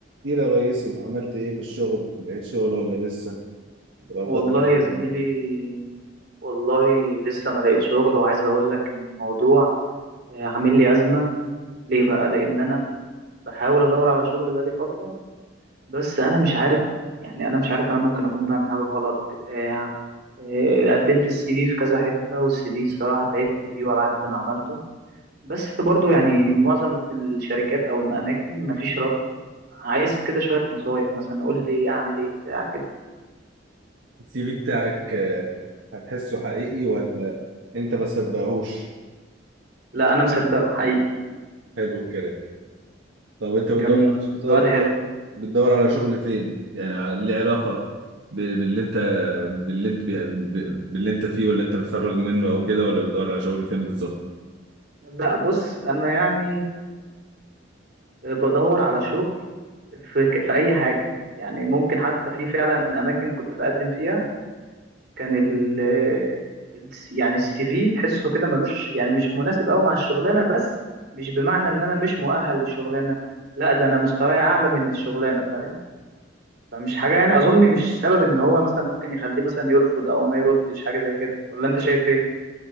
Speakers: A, on the right; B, on the right.
A: ايه يا ريسي عملت ايه في الشغل لقيت شغل ولا لسه الاوضاع
B: والله
A: اللي احنا
B: يا زميلي
A: فيها.
B: والله لسه ما لقيت شغل وعايز اقول لك ان الموضوع آه، عامل لي ازمه ليه بقى لان انا بحاول ادور على شغل بقالي فتره بس انا مش عارف يعني انا مش عارف انا ممكن اكون بعمل حاجه غلط بتاع آه، قدمت السي في في كذا حته والسي في الصراحه تعبت فيه بعد ما عملته بس برضو يعني معظم الشركات او الاماكن مفيش رد عايز كده شويه نصايح مثلا قول لي اعمل ايه بتاع كده
A: السي في بتاعك آه، هتحسه حقيقي ولا انت ما تصدقهوش
B: لا انا مصدقه حقيقي
A: حلو الكلام طب انت بتدور
B: جميل
A: بتدور
B: سؤال حلو
A: بتدور على شغل فين يعني على- ليه علاقة ب- باللي انت باللي انت بي- ب- باللي انت فيه ولا انت متخرج منه او كده ولا بتدور على شغل فين بالظبط
B: لا بص انا يعني بدور على شغل في في اي حاجه يعني ممكن حتى في فعلا اماكن كنت بقدم فيها كان ال <hesitation> ال- يعني السي في تحسه كده ملوش يعني مش مناسب قوي مع الشغلانه بس مش بمعنى ان انا مش مؤهل للشغلانه لا ده انا مستواي اعلى من الشغلانه فاهم فمش حاجه يعني اظن مش سبب ان هو مثلا ممكن يخليه مثلا يرفض او ما يردش حاجه زي كده ولا انت شايف ايه